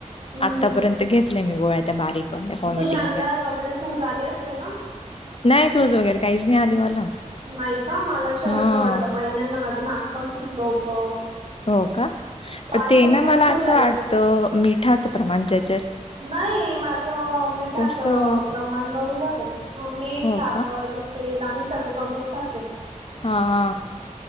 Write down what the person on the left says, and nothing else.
आतापर्यंत
घेतल्या मी गोळ्या त्या बारीक व्हॉमिटिंगच्या.
नाही सूज वगैरे काहीच नाही आली मला.
हा
हो का
ते
ना
मला
असं वाटतं मिठाचं प्रमाण ज्या
तसं
हो
का?
हा.